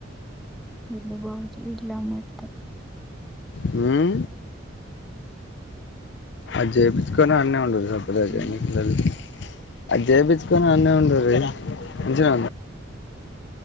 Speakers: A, in the centre; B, on the left (about 65°).
A: ఇల్లు బాగు చేయించలే మా అత్త
B: హ్మ్మ అది చేపిచ్చుకొని ఆడనే ఉండుండ్రి సప్పుడుదేక
A: హ్మ్.
B: ఎందుకు లొల్లి అది చేపిచ్చుకొని ఆడనే ఉండుండ్రి మంచిగ